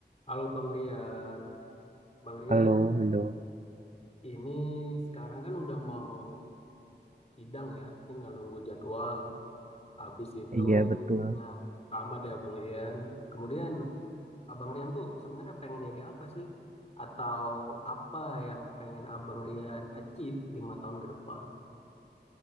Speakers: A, on the left (about 35°); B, on the right (about 45°).
A: Halo Bang Rian. Bang Rian,
B: Halo, halo.
A: ini sekarang kan udah mau sidang ya, tinggal nunggu jadwal. Habis itu
B: Iya, betul.
A: wisuda. tamat ya Bang Rian. Kemudian Abang Rian tuh sebenarnya pengen jadi apa sih? Atau apa yang pengen Abang Rian achieve lima tahun ke depan?